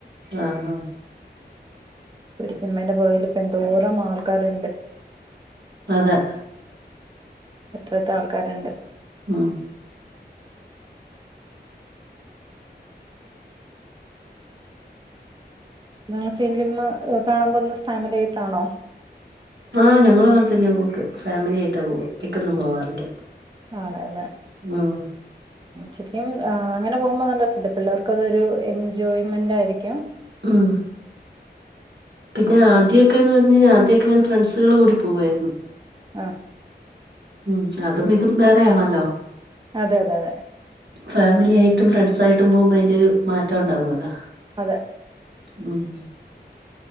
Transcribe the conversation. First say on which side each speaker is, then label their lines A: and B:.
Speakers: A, on the right (about 80°); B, on the right (about 25°).
A: ആഹാ
B: ഒരു സിനിമന്റെ പൊറകില് ഇപ്പ എന്തോരം ആൾക്കാര്ണ്ട്
A: അതെ
B: എത്ര എത്ര ആൾക്കാര്ണ്ട്
A: ഉം
B: നിൾ സിനിമ കാണാൻ പോന്നാ ഫാമിലി ആയിട്ടാണോ?
A: ആഹ, ഞങ്ങള് അങ്ങനെത്തന്നാ പോക്ക്. ഫാമിലി ആയിട്ടാ പോവ, എടിക്കൊന്നും പോവാറില്ല,
B: ആണല്ലേ
A: ഉം...
B: ശരിക്കും അങ്ങനെ പോകുമ്പോ നല്ല, രസല്ലേ പിള്ളേർക്ക അതൊരു, എൻജോയ്മെന്റ് ആയിരിക്കും.
A: ആഹാ... പിന്നെ ആദ്യമക്ക എന്ന് പറഞ്ഞു- കഴിഞ്ഞാൽ ആദ്യമക്കെ ഇങ്ങനെ, ഫ്രണ്ട്സുകൾ കൂടി പോവുയിരുന്നു.
B: ആഹാ,
A: ഉം അതും ഇതും വേറെയാണല്ലോ.
B: അതെ, അതെ, അതെ.
A: ഫാമിലി ആയിട്ടും, ഫ്രണ്ട്സ്- ആയിട്ടും പോകുമ്പോ അതിന്റെ- ഒരു മാറ്റം ഉണ്ടാവൂല്ലോ.
B: അതെ,
A: ഉം..